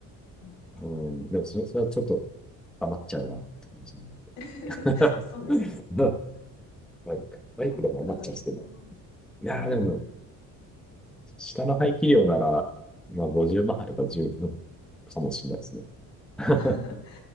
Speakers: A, on the left (about 75°); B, in the centre.
A: うん高い。
B: うん。でもそれ、それはちょっと余っちゃうなって感じ。
A: <laughs>
B: <laughs>
A: そうですね。
B: <laughs> な、バイク。バイクでも余っちゃうんですけど。
A: バイクだとひゃ0ま万。
B: いやーでも、
A: そうね。
B: 下の排気量なら、まあ50万あれば十分かもしれないですね。<laughs> だ
A: <laughs>